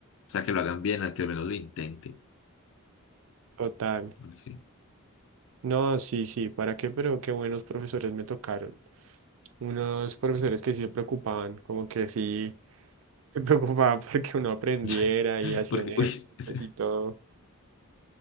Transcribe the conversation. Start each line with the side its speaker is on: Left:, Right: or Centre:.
Left: sea, que lo hagan bien, al que al menos lo intenten.
Right: total.
Left: Sí.
Right: No, sí, sí, ¿para qué? Pero qué buenos profesores me tocaron. Unos profesores que sí se preocupaban, como que sí se preocupaban <laughs> porque uno aprendiera
Left: <laughs>
Right: y hacían
Left: Porque,
Right: ejercicios
Left: uy, ese-
Right: y todo.